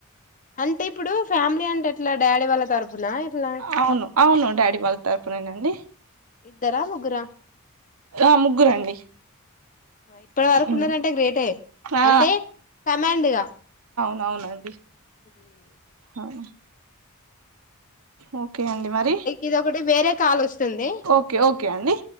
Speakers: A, on the left (about 35°); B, on the right (about 85°).
A: అంటే ఇప్పుడు ఫ్యామిలీ అంటే ఎట్లా డాడీ వాళ్ళ తరఫునా ఇట్లా
B: అవును అవును డాడీ వాళ్ళ తరపునేనండి
A: ఇద్దరా ముగ్గురా
B: ఆ ముగ్గురండి
A: ఇప్పటి వరకు
B: హ్మ్.
A: ఉన్నదంటే గ్రేటే
B: ఆ
A: అంటే కమాండ్గా
B: అవునండి
A: హ
B: అవు ఓకే అండి మరి
A: ఇది ఒకటి వేరే కాల్ వస్తుంది
B: ఓకే ఓకే అండి